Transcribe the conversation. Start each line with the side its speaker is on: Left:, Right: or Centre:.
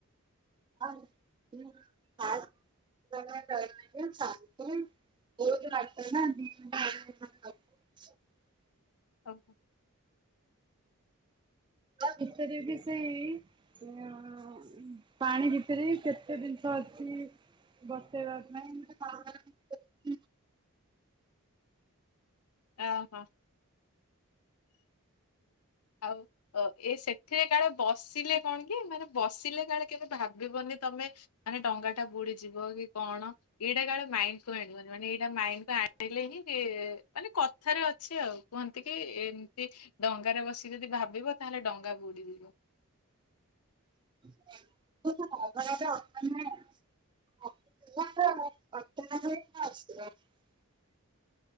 Right: <unintelligible> <unintelligible>
Left: ଓ ହୋ।
Right: ହଁ ଭିତରେ ବି ସେଇ ପାଣି ଭିତରେ କେତେ ଜିନିଷ ଅଛି ବସିବା ପାଇଁ।
Left: <inaudible> ଓ ହୋ। ଆଉ ଏ ସେଥିରେ କାଳେ ବସିଲେ କଣ କି ମାନେ ବସିଲେ କାଳେ କେବେ ଭାବିବନି ତମେ ମାନେ ଡଙ୍ଗା ଟା ବୁଡିଯିବ କି କଣ ଏଇଟା କାଳେ ମାଇଣ୍ଡ କୁ ଆଣିବନି। ମାନେ ଏଇଟା ମାଇଣ୍ଡ କୁ ଆଣିଲେ ହିଁ ମାନେ କଥାରେ ଅଛି ଆଉ। କୁହନ୍ତି କି ଏମତି ଡଙ୍ଗାରେ ବସି ଯଦି ଭାବିବ ତାହେଲେ ଡଙ୍ଗା ବୁଡିଯିବ।
Right: <unintelligible> <unintelligible>